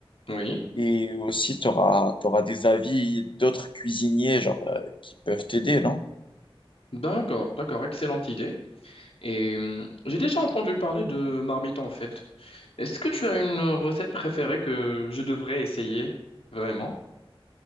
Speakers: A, on the left; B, on the left.
A: Oui.
B: Et aussi, tu auras, des avis d'autres cuisiniers genre, euh, qui peuvent t'aider, non?
A: D'accord, d'accord, excellente idée. Et euh, j'ai déjà entendu parler de marmite en fait. Est-ce que tu as une euh, recette préférée que je devrais essayer vraiment?